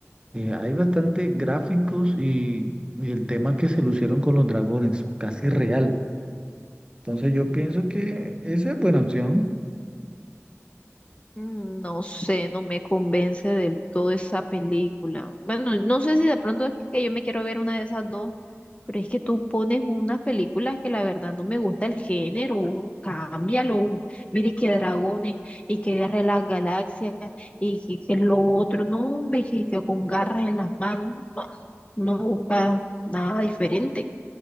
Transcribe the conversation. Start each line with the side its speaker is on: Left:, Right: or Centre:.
Right: Eh, hay bastante gráficos y, y el tema que se lucieron con los dragones, son casi real. Entonces yo pienso que esa es buena opción.
Left: Mm, no sé, no me convence del todo esa película. Bueno, no sé si de pronto es que yo me quiero ver una de esas dos Pero es que tú pones unas películas que la verdad no me gusta el género, cámbialo. Mire que dragones y que guerra de las galaxias y que, que lo otro, no, hombre, que, que con garras en las manos, no, no busca nada diferente.